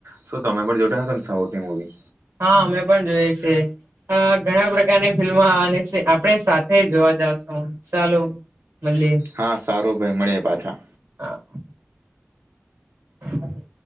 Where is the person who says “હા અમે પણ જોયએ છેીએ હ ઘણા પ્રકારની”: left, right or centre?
Right